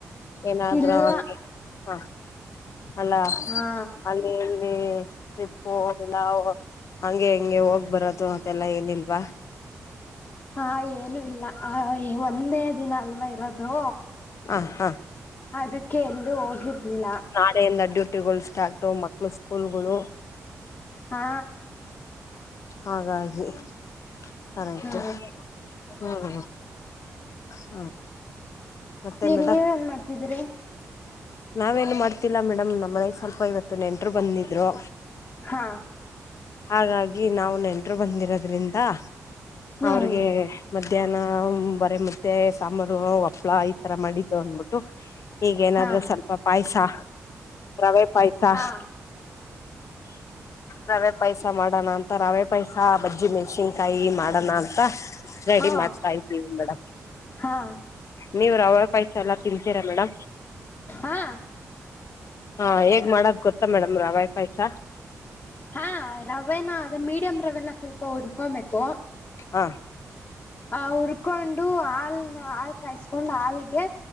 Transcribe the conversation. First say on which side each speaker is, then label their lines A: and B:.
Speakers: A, on the left (about 60°); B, on the left (about 40°).
A: ಏನಾದರು
B: ಇಲ್ಲ
A: ಹಾಗೆ ಹಾ. ಅಲ್ಲಾ
B: ಹಾ
A: ಅಲ್ಲಿ ಇಲ್ಲಿ ಟ್ರಿಪ್ಪು. ನಾವು ಹಂಗೆ ಹಿಂಗೆ ಹೋಗ್ ಬರೋದು ಅದೆಲ್ಲ ಏನಿಲ್ವಾ.
B: ಹಾ ಏನು ಇಲ್ಲ ಆ ಒಂದೇ ದಿನ ಅಲ್ವಾ ಇರೋದು.
A: ಹಾ ಹಾ.
B: ಅದಕ್ಕೆ ಎಲ್ಲೂ ಹೋಗಿರ್ಲಿಲ್ಲ.
A: ನಾಳೆಯಿಂದ ಡ್ಯೂಟಿಗಳು ಸ್ಟಾರ್ಟು ಮಕ್ಳು ಸ್ಕೂಲ್ಗಳು.
B: ಹಾ.
A: ಹಾಗಾಗಿ ಕರೆಕ್ಟ್
B: ಹಾ
A: ಹ್ಮ್. ಹ. ಮತ್ತೆ
B: ಈಗ್
A: ಮೇಡಮ್
B: ನೀವ ಏನ್ ಮಾಡ್ತಿದೀರಿ.
A: ನಾವೇನು ಮಾಡ್ತಿಲ್ಲಾ ಮೇಡಮ್ ನಮ್ಮ್ನೆಗ ಸ್ವಲ್ಪ ಇವತ್ತು ನೆಂಟ್ರು ಬಂದಿದ್ರು.
B: ಹಾ.
A: ಹಾಗಾಗಿ ನಾವ್ ನೆಂಟ್ರು ಬಂದಿರೋದ್ರಿಂದ
B: ಹ್ಮ್
A: ಅವ್ರಿಗೆ ಮತ್. ಮಧ್ಯಾಹ್ನ ಬರೆ ಮುದ್ದೆ ಸಾಂಬಾರು ಒಪ್ಳ ಈತರ ಮಾಡಿದ್ದು ಅಂದಬಿಟ್ಟು. ಈಗೇನಾದ್ರು
B: ಹಾ
A: ಸ್ವಲ್ಪ ಪಾಯಸಾ ರವೆ ಪಾಯಸಾ.
B: ಹಾ
A: ರವೆ. ಪಾಯಸ ಮಾಡೋಣ ಅಂತ ರವೆೇ ಪಾಯಸಾ ಬಜ್ಜಿ ಮೆಣ್ಸಿನ್ಕಾಯಿ ಮಾಡಣ ಅಂತಾ. ರೆಡಿ
B: ಹಾ
A: ಮಾಡ್ತಾ ಇದ್ದೀವಿ ಮೇಡಮ್.
B: ಹಾ
A: ನೀವ್ ರವೆ ಪಯ್ಸ ಎಲ್ಲಾ ತಿನ್ಂತೀರಾ ಮೇಡಮ್.
B: ಹಾ.
A: ಹಾ ಹೇಗ್ ಮಾಡೋದ್ ಗೊತ್ತಾ ಮೇಡಮ್ ರವೆ ಪಾಯ್ಸ
B: ಹಾ. ರವೆನಾ ಅದ ಮೀಡಿಯಂ ರವೆನಾ ಸ್ವಲ್ಪ ಉರ್ಕೊಂಬೇಕು.
A: ಹಾ.
B: ಆಹ ಹುರ್ಕೊಂಡು ಹಾಲ್ ಹಾಲ್ ಕಾಯಸ್ಕೊಂಡ್ ಹಾಲ್ಗೆ.